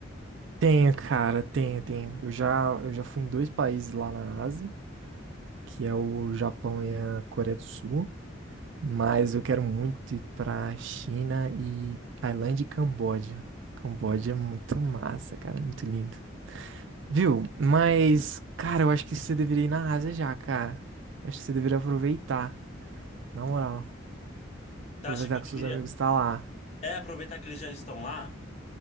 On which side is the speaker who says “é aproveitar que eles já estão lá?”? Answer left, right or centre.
Left